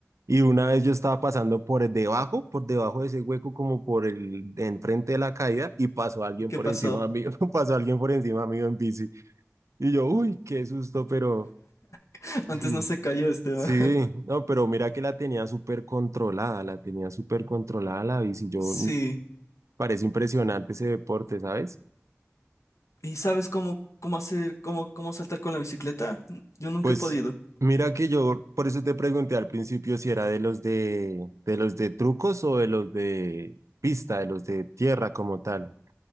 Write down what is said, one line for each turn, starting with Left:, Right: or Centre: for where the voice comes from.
Right: Y una vez yo estaba pasando por el debajo, por debajo de ese hueco, como por el de enfrente de la caída, y pasó alguien
Left: ¿y qué
Right: por
Left: pasó?
Right: encima mío, <laughs> pasó alguien por encima mío en bici. Y yo, uy, qué susto, pero
Left: <laughs> Antes
Right: Sí,
Left: no se cayó Esteban.
Right: sí,
Left: <laughs>
Right: no, pero mira que la tenía súper controlada, la tenía súper controlada la bici. Yo
Left: Sí.
Right: mm, parece impresionante ese deporte, ¿sabes?
Left: ¿Y sabes cómo, cómo hacer, cómo, cómo saltar con la bicicleta? Yo nunca
Right: Pues
Left: he podido.
Right: mira que yo, por eso te pregunté al principio si era de los de, de los de trucos o de los de pista, de los de tierra como tal.